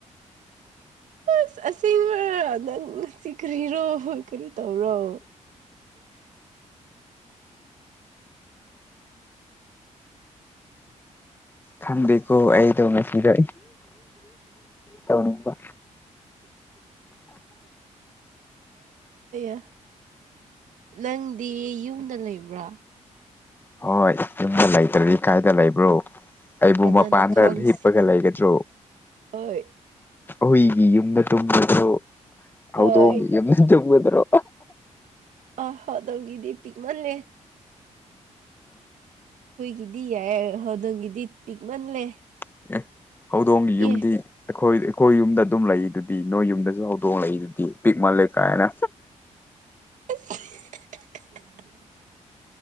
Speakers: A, on the right; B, on the left.
A: ꯑꯁ ꯑꯁꯤꯁꯦꯡꯕ ꯅꯪ ꯆꯤꯈ꯭ꯔꯤꯔꯣ ꯀꯔꯤ ꯇꯧꯔꯣ
B: ꯈꯪꯗꯦꯀꯣ ꯑꯩꯗꯣ ꯉꯁꯤꯗ ꯇꯧꯅꯤꯡꯕ
A: ꯑ ꯅꯪꯗꯤ ꯌꯨꯝꯗ ꯂꯩꯕ꯭ꯔꯥ
B: ꯍꯣꯏ ꯌꯨꯝꯗ ꯂꯩꯇ꯭ꯔꯗꯤ ꯀꯥꯏꯗ ꯂꯩꯕ꯭ꯔꯣ ꯑꯩꯕꯨ
A: ꯀꯅꯥꯅ
B: ꯃꯄꯥꯟꯗ
A: ꯈꯪꯁ
B: ꯍꯤꯞꯄꯒ ꯂꯩꯒꯗ꯭ꯔꯣ
A: ꯍꯣꯏ
B: ꯑꯩꯏꯒꯤ ꯌꯨꯝꯗ ꯇꯨꯝꯕꯗꯣ
A: ꯍꯣꯏ
B: ꯍꯧꯗꯣꯡꯒꯤ ꯌꯨꯝꯗ ꯇꯗ꯭ꯔꯣ
A: ꯑ ꯍꯣꯗꯧꯒꯤ ꯗꯗꯤꯄꯤꯛ ꯃꯜꯂꯦ ꯍꯨꯏꯒꯤꯗꯤ ꯌꯥꯏ ꯑꯗꯣꯒꯤꯗꯤ ꯄꯤꯛꯃꯜꯂꯦ
B: ꯑꯦ ꯍꯧꯗꯣꯡꯒꯤ
A: ꯑꯦ
B: ꯌꯨꯝꯗꯤ ꯑꯩꯈꯣꯏ ꯑꯩꯈꯣꯏ ꯌꯨꯝꯗ ꯑꯗꯨꯝ ꯂꯩ ꯑꯗꯨꯗꯤ ꯅꯣꯏ ꯌꯨꯝꯗꯁꯨ ꯍꯧꯗꯣꯡ ꯂꯩꯛꯏ ꯑꯗꯨꯗꯤ ꯄꯤꯛ ꯃꯥꯜꯂꯦ ꯀꯥꯏꯅ
A: ꯎ